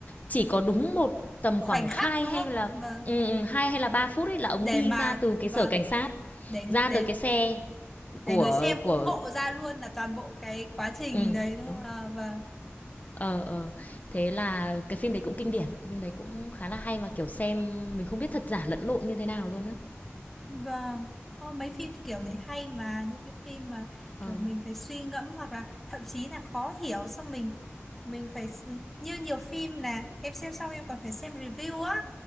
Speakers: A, on the left; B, in the centre.
A: chỉ có đúng một tầm
B: Khoảnh
A: khoảng
B: khắc
A: 2
B: đúng
A: hay
B: không?
A: là
B: Vâng.
A: ừ, ừ, hai hay là 3 phút ấy là ông
B: để
A: đi
B: mà
A: ra từ cái
B: vâng
A: sở cảnh sát
B: để
A: ra
B: để
A: tới cái xe
B: để
A: của
B: người xem
A: của
B: cũng ngộ ra luôn là toàn bộ cái quá trình
A: ừ,
B: đấy đúng
A: đúng
B: không? Ờ, vâng
A: ờ ờ thế là cái phim đấy cũng kinh điển phim đấy cũng khá là hay mà kiểu xem mình không biết thật giả lẫn lộn như thế nào luôn á
B: vâng Ô, mấy phim kiểu
A: Ừm,
B: đấy hay mà những cái phim mà
A: ờ.
B: kiểu mình phải suy ngẫm hoặc là thậm chí là khó hiểu xong mình mình phải s- như nhiều phim là em xem xong em còn phải xem review á